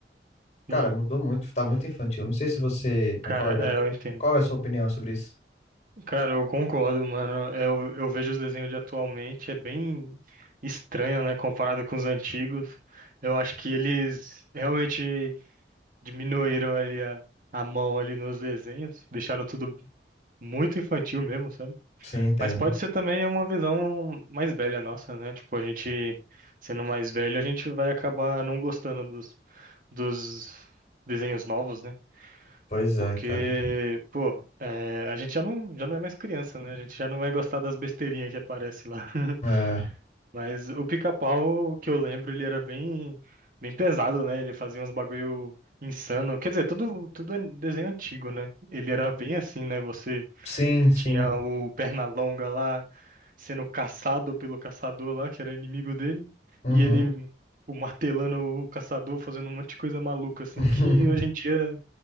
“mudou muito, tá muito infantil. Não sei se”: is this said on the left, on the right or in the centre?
Left